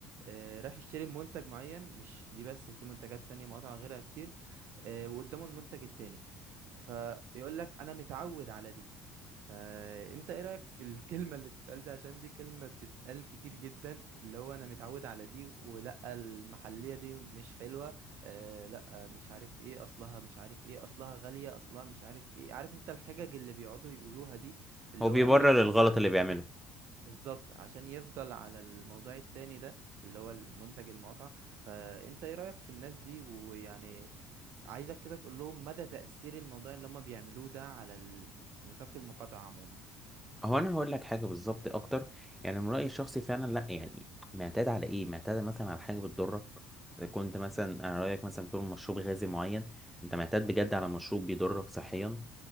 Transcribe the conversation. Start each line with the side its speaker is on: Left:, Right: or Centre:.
Right: آه، رايح يشتري منتج معين مش دي بس في منتجات تانية مقاطع غيرها كتير آه، وقدامه المنتج التاني فيقول لك انا متعود على دي فانت ايه رأيك في الكلمة اللي بتتقال دي عشان دي كلمة بتتقال كتير جدا اللي هو انا متعود على دي ولا المحلية دي مش حلوة آه لا مش عارف ايه اصلها مش عارف ايه اصلها غالية اصلها مش عارف ايه عارف انت الحجج اللي بيقعدوا يقولوها دي اللي
Centre: هو بيبرر
Right: هو اي حاجة
Centre: الغلط
Right: علشان
Centre: اللي بيعمله
Right: ي... بالظبط عشان يفضل على الموضوع التاني ده اللي هو المنتج المقاطعة فانت ايه رأيك في الناس دي ويعني عايزك كده تقول لهم مدى تأثير الموضوع اللي هم بيعملوه ده على ال- نطاق المقاطعة عموما
Centre: هو انا هقول لك حاجه بالظبط اكتر يعني من رايي الشخصي فعلا لا يعني معتاد على ايه معتاد مثلا على حاجه بتضرك اذا كنت مثلا انا رايك مثلا بتقول مشروب غازي معين انت معتاد بجد على مشروب بيضرك صحيا